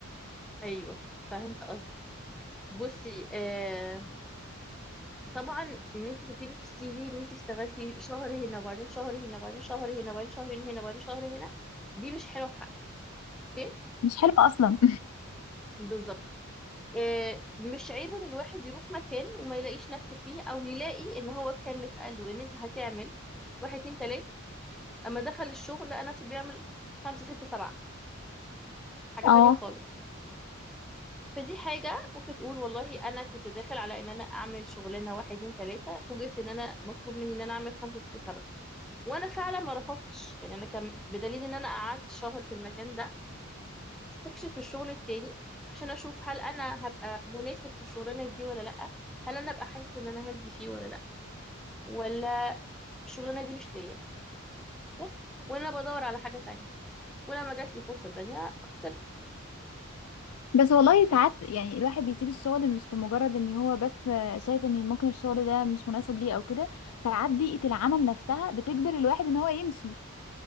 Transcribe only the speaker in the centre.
ايوه فهمت قصدي بصي آه، طبعا ان انت تكتبي في السي في ان انت اشتغلتي شهر هنا وبعدين شهر هنا وبعدين شهر هنا وبعدين شهرين هنا وبعدين شهر هنا دي مش حلوه في حقك اوكي
بالظبط آه، مش عيب ان الواحد يروح مكان وما يلاقيش نفسه فيه او يلاقي ان هو كان متقال له ان انت هتعمل واحد اتنين تلاته اما دخل الشغل لقى نفسه بيعمل خمسه سته سبعه حاجه
تانية
خالص فدي حاجه ممكن تقول والله انا كنت داخل على ان انا اعمل شغلانه واحد اتنين تلاته فوجئت ان انا مطلوب مني ان انا اعمل خمسه سته سبعه وانا فعلا ما رفضتش يعني انا كان بدليل ان انا قعدت شهر في المكان ده استكشف الشغل التاني عشان اشوف هل انا هبقى مناسب في الشغلانه دي ولا لا هل انا ابقى حاسه ان انا هدي فيه ولا لا ولا الشغلانه دي مش ليا بس وانا بدور على حاجه تانية ولما جات لي فرصه تانية اختار